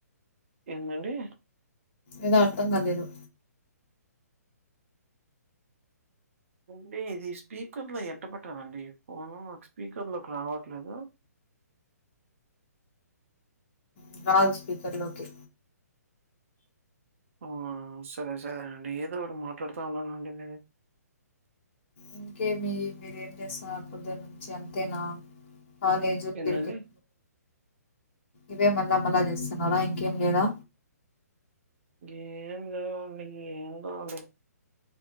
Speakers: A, on the right (about 50°); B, on the left (about 40°).
A: ఏందండి.
B: ఏదో అర్థం కాలేదు
A: అంటే ఇది స్పీకర్ లో ఎట్ట పెట్టాలండి ఫోను నాకు స్పీకర్ లోకి రావట్లేదు
B: <unintelligible> స్పీకర్ లోకి
A: ఆ సరే సరే అండి ఏదొఒక్కటి మాట్లాడుతా ఉన్నానండి మీరు
B: ఇంకేమి మీరేం చేస్తున్నారు పొద్దు నుంచి అంతేనా కాలేజ్,
A: ఏందండి?
B: క్రికెట్ ఇవే మళ్ళా మళ్ళా చేస్తున్నారా ఇంకేం లేదా
A: ఏం లేవుండి ఏం కావాలి